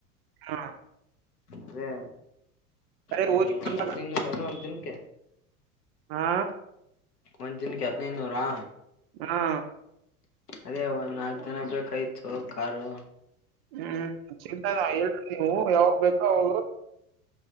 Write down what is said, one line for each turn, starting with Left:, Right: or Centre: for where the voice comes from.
Right: ಹಾ
Left: ಅದೇ ಏ
Right: ಹೋಗಿ ಬರ್ಲಕ್ಕ
Left: ಹದಿನೈನೂರನ್ನು ಒಂದ್ ದಿನಕ್ಕೆ
Right: ಹಾ
Left: ಒಂದ್ ದಿನಕ್ಕೆ ಹದಿನೈದುನೂರಾ
Right: ಹಾ
Left: ಅದೇ ಒಂದ್ ನಾಕ್ು ಜನ ಬೇಕಾಯ್ತು ಕಾರು
Right: ಹ್ಮ್ ಚಗ್ ಹೇಳ್ತ ನೀವು ಯಾವಾಗ ಬೇಕೋ ಅವ